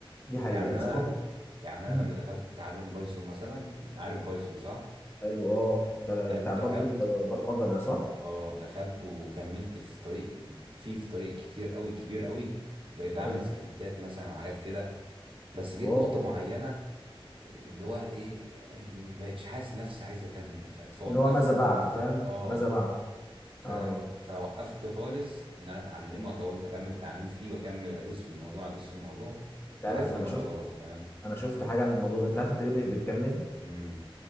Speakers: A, on the left; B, on the right.
A: دي حقيقه
B: يعني انا
A: ثقافه
B: يعني
A: امم
B: انا لما دخلت اتعلم بايثون مثلا عارف بايثون صح
A: حلو اه بتاع
B: د-
A: بتاع برضو
B: دخلت
A: البرمجه ده صح
B: اه دخلت وكملت في طريق فيه في طريق كتير قوي كبير قوي بقيت بعمل
A: حلو
B: سكريبتات مثلا وحاجات كده بس جيت
A: واو
B: نقطة معينة اللي هو ايه ما بقتش حاسس نفسي عايز اكمل ف- فوقفت
A: اللي هو ماذا بعد
B: في نفسي
A: فاهم
B: اه
A: ماذا بعد
B: فاهم
A: اه
B: فوقفت خالص ان انا اتعلمه وأكون- اكمل تعليم فيه واكمل ادوس في الموضوع ادوس في الموضوع
A: انت عارف
B: لحد
A: انا
B: ما
A: شفت
B: خلاص فاهم
A: انا شفت حاجه عن الموضوع ده انت عارف انت ليه مش بتكمل
B: امم